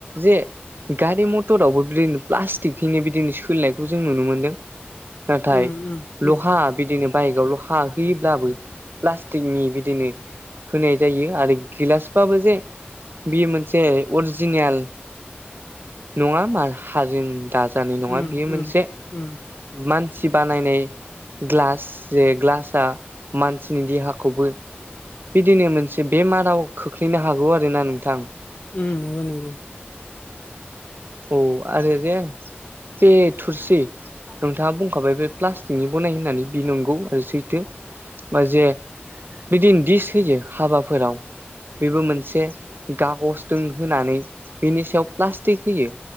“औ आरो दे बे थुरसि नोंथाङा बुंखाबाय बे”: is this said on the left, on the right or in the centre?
Right